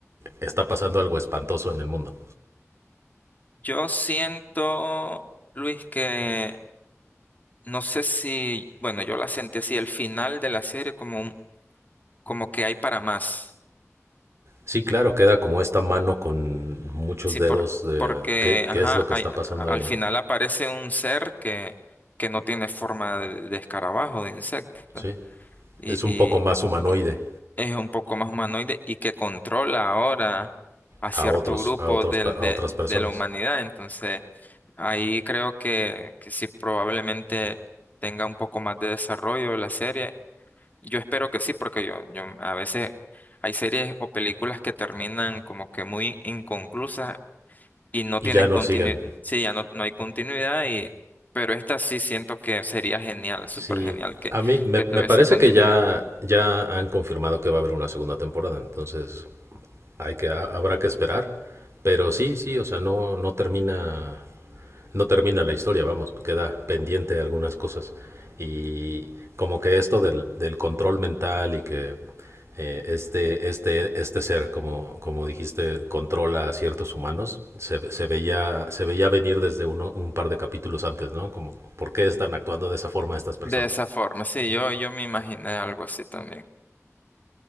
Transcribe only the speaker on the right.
está pasando algo espantoso en el mundo.
Sí, claro, queda como esta mano con muchos
dedos
de
qué,
qué es lo que
está pasando
ahí,
¿no?
Sí.
es un
poco más humanoide
a
otros,
a otros,
a
otras personas.
Y
ya no
siguen.
Sí,
a mí me,
me parece
que ya, ya han confirmado que va a haber una segunda temporada, entonces hay que, ha- habrá que esperar. Pero sí, sí, o sea, no, no termina, no termina la historia, vamos, queda pendiente algunas cosas. Y como que esto del, del control mental y que eh, este, este, este ser, como, como dijiste, controla a ciertos humanos, se, se veía, se veía venir desde uno, un par de capítulos antes, ¿no? Como, ¿por qué están actuando de esa forma estas personas?